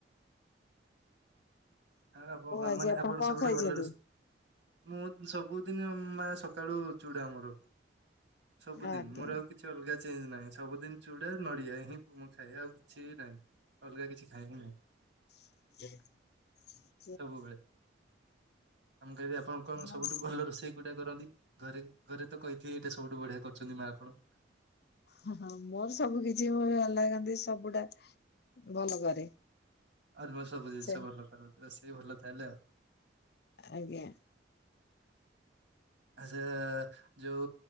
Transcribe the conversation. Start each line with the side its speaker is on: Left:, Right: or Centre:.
Right: ଆଉ <unintelligible>
Left: ଆଜି ଆପଣ କଣ
Right: ସବୁଠୁ
Left: ଖାଇଛନ୍ତି?
Right: ଭଲ ର ମୁଁ ସବୁଦିନ ମା ସକାଳୁ ଚୁଡା ମୁଡ ସବୁଦିନ୍
Left: ଆଜ୍ଞା
Right: ମୋର୍ ଆଉ କିଛି କିଛି ଅଲଗା ଚେଞ୍ଜ ନାହିଁ ସବୁଦିନ ଚୁଡା ନଡିଆ ହିଁ ମୁଁ ଖାଏ ଆଉ କିଛି ବି ନାହିଁ। ଅଲଗା କିଛି ଖାଏ ହିଁ ନାହିଁ।
Left: <inaudible>
Right: ସବୁବେଳେ ମୁଁ କହିବି ଆପଣ କଣ
Left: ହଁ
Right: ସବୁଠୁ ଭଲ ରୋଷେଇ କଉଟା କରନ୍ତି ଘରେ- ଘରେ ତ କହିଥିବେ ଏଇଟା ସବୁଠୁ ବଢିଆ କରିଚନ୍ତି ମା ଆପଣ।
Left: ହଁ ମୋର ସବୁ କିଛି ଭଲ ଲଗାନ୍ତି ସବୁଟା ଭଲ କରେ।
Right: ଆଉ ସବୁ ଜିନିଷ
Left: ସେ
Right: ଭଲ କର ସେ ଭଲ ତାହାଲେ ଆଉ।
Left: ଆଜ୍ଞା।
Right: ଆଚ୍ଛା ଯଉ